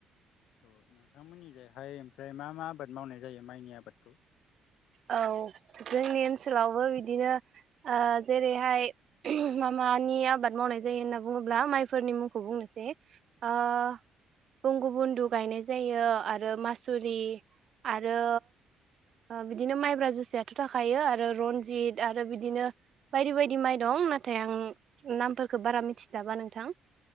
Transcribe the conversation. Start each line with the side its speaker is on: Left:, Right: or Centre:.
Left: औ नोंथांमोननि जिहाय ओमफ्राय मा मा आबाद मावनाय जायो माइनि आबादखौ।
Right: औ जोंनि ओनसोलावबो बिदिनो ओ जेरैहाय मा मा नि आबाद मावनाय जायो होनना बुङोब्ला माइफोरनि मुंखौ बुंनोसै ओ गुबुन गुबुनदो गायनाय जायो आरो मासुरि आरो ओ बिदिनो माइब्रा जोसायाथ' थाखायो आरो रनजित आरो बिदिनो बायदि बायदि माइ दं। नाथाय आं नामफोरखौ बारा मिथि स्लाबा नोंथां।